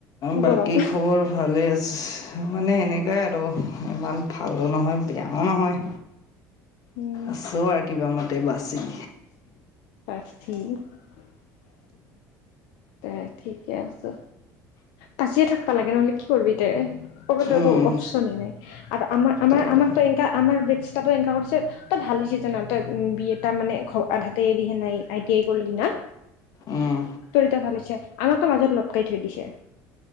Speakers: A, on the left; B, on the left.
A: বাকী
B: গৰম
A: খবৰ ভালেই আছে মানে এেনেকাই আৰু ইমান ভালো নহয় বিয়া ন হয়য়
B: উম
A: আছো আৰু কিবা মত তে বছ ই
B: <inaudible> দে ঠিকে আছে বাচিয়ে থাকবা লাগে নহ'লে কি কৰিবি দে ক'বাতো
A: উম
B: একো অপশচনে নাই আৰু আমাৰ আমাৰ
A: তাকে
B: আমাক
A: তাকে
B: এ আমাৰ ব এ কৰিছে তই ভাল জান তই বি এটা মানে আধাতে এৰিহে নাই আই টি আই কৰি ন
A: উম
B: ৰিত ভালিছে আমাক তো মাজত লটকাই থৈ দিছে